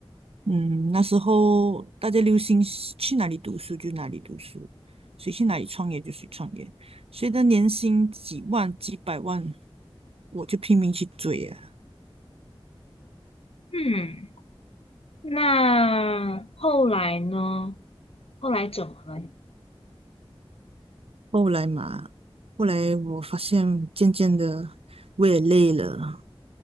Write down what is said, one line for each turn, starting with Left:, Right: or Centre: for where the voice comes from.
Right: 嗯，那时候大家流行是去哪里读书就哪里读书，谁去哪里创业就谁创业，谁的年薪几万几百万，我就拼命去追啊。
Left: 嗯，那后来呢？后来怎么了？
Right: 后来嘛，后来我发现渐渐的我也累了。